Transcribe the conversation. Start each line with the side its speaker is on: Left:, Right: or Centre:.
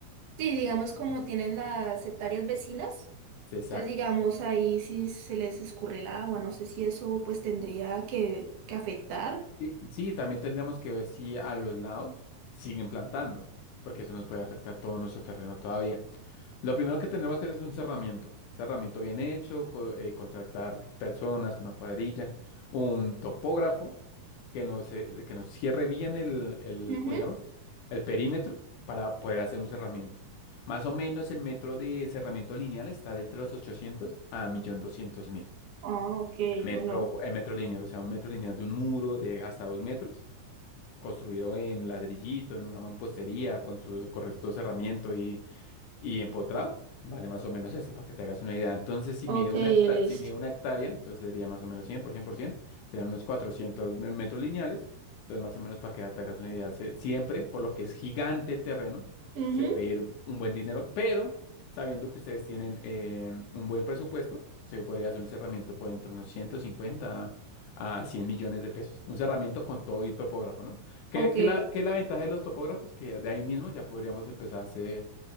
Right: Sí, digamos como
Left: Mm.
Right: tienen las hectáreas vecinas,
Left: Exacto.
Right: entonces digamos ahí si se les escurre el agua, no sé si eso pues tendría que, que afectar.
Left: Sí, sí, también tendríamos que ver si a los lados siguen plantando, porque eso nos puede afectar todo nuestro terreno todavía. Lo primero que tenemos que hacer es un cerramiento. Cerramiento bien hecho, co- eh, contratar personas, una cuadrilla, un topógrafo que nos, eh, que nos cierre bien el, el,
Right: Ujú.
Left: ¿cómo se llama? El perímetro para poder hacer un cerramiento. Más o menos el metro de cerramiento lineal está de entre los 800 a un millón doscientos mil
Right: Ah, ok,
Left: El metro,
Right: bueno,
Left: el metro lineal, o sea, un metro lineal de un muro de hasta dos metros, construido en ladrillito, en una mampostería, con su correcto cerramiento y y empotrado vale más o menos eso, para que te hagas una idea. Entonces, si
Right: ok,
Left: mide una hectárea,
Right: listo.
Left: si mide una hectárea, entonces sería más o menos cien por cien por cien serían unos 400 me- metros lineales. Entonces, más o menos para que te hagas una idea, se- siempre, por lo que es gigante el terreno,
Right: Ujú,
Left: se puede ir un buen dinero, pero sabiendo que ustedes tienen eh, un buen presupuesto, se podría hacer un cerramiento por entre unos 150 a, a 100 millones de pesos. Un cerramiento con todo y topógrafo, ¿no? ¿Qué,
Right: Ok,
Left: qué la, qué es la ventaja de los topógrafos? Que de ahí mismo ya podríamos empezar a hacer